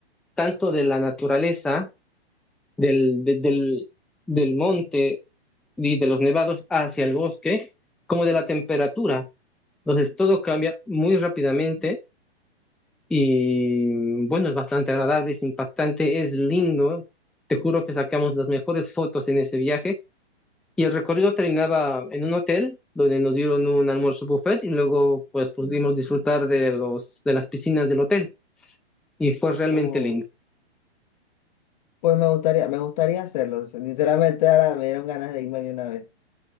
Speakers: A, in the centre; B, on the left (about 40°).
A: tanto de la naturaleza, del, de- del, del monte y de los nevados hacia el bosque, como de la temperatura. Entonces todo cambia muy rápidamente y bueno, es bastante agradable, es impactante, es lindo. Te juro que sacamos las mejores fotos en ese viaje. Y el recorrido terminaba en un hotel donde nos dieron un almuerzo buffet y luego pues pudimos disfrutar de los de las piscinas del hotel y fue realmente
B: Oh.
A: lindo.
B: Pues me gustaría, me gustaría hacerlo. Sinceramente, ahora me dieron ganas de irme de una vez.